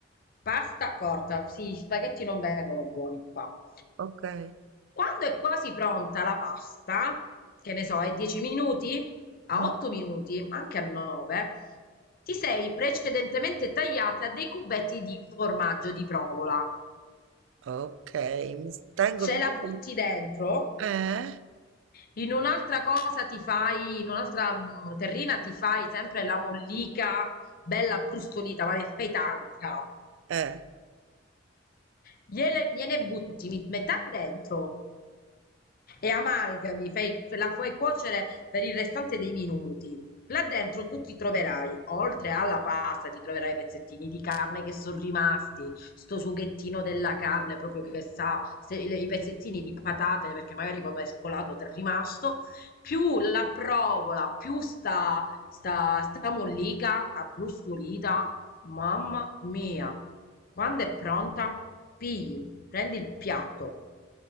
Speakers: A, on the left (about 50°); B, on the right (about 80°).
A: Pasta corta, sì, gli spaghetti non vengono buoni qua.
B: ah, okay.
A: Quando è quasi pronta la pasta, che ne so, è 10 minuti, a
B: Mh,
A: 8 minuti, anche a 9, ti sei precedentemente tagliata dei cubetti di formaggio di provola.
B: okay, mi tengo
A: Ce
B: mi
A: la
B: tengo-
A: butti dentro
B: eh?
A: In un'altra cosa ti fai, in un'altra mh, terrina ti fai sempre la mollica bella brustolita, ma ne fai tanta.
B: Eh,
A: Gliene, gliene butti mi- metà dentro e amalgami, fai- la fai cuocere per il restante dei minuti. Là dentro tu ti troverai, oltre alla pasta, ti troverai i pezzettini di carne che sono rimasti, sto sughettino della carne proprio che sa, se- le- i pezzettini di patate, perché magari quando hai scolato ti è rimasto, più la provola, più sta, sta, sta mollica, abbrustolita, mamma mia. Quando è pronta, pigli, prendi il piatto,